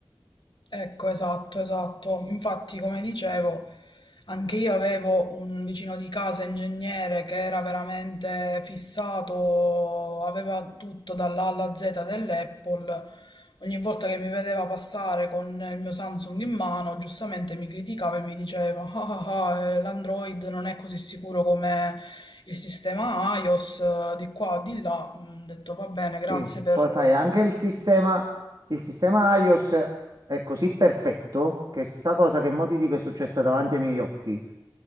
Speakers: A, on the left; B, on the right.
A: Ecco, esatto, esatto. Infatti, come dicevo, anche io avevo un vicino di casa ingegnere che era veramente fissato, aveva tutto dall'A alla Z dell'Apple. Ogni volta che mi vedeva passare con il mio Samsung in mano, giustamente mi criticava e mi diceva: Ah, ah, ah, eh, l'Android non è così sicuro come il sistema iOS, eh, di qua, di là. Mm, Ho detto va bene,
B: Sì,
A: grazie per.
B: poi fai anche il sistema, il sistema iOS è così perfetto che sta cosa che mo ti dico è successa davanti ai miei occhi.